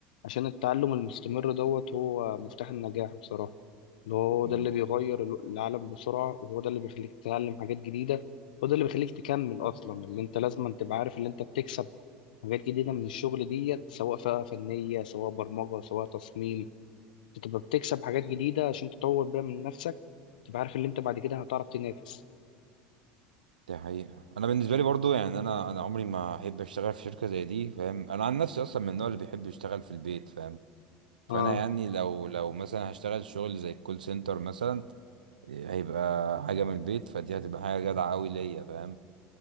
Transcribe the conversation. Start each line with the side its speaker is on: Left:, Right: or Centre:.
Left: عشان التعلم المستمر دوت هو مفتاح النجاح بصراحة اللي هو
Right: مم.
Left: ده اللي بيغير ال- العالم بسرعة وهو ده اللي بيخليك تتعلم حاجات جديدة هو ده اللي بيخليك تكمل أصلا اللي أنت لازم أن تبقى عارف اللي أنت بتكسب حاجات جديدة من الشغل ديت سواء فئة فنية سواء برمجة سواء تصميم تبقى بتكسب حاجات جديدة عشان تطور بيها من نفسك تبقى عارف اللي انت بعد كده هتعرف تنافس
Right: دي حقيقة أنا بالنسبة لي برضو يعني أنا أنا عمري ما أحب أشتغل في شركة زي دي فاهم أنا عن نفسي أصلا من النوع اللي بيحب يشتغل في البيت فاهم فأنا
Left: اه
Right: يعني لو لو مثلا هشتغل شغل زي الكول سنتر مثلا هيبقى حاجة من البيت فدي هتبقى حاجة جدعة أوي ليا فاهم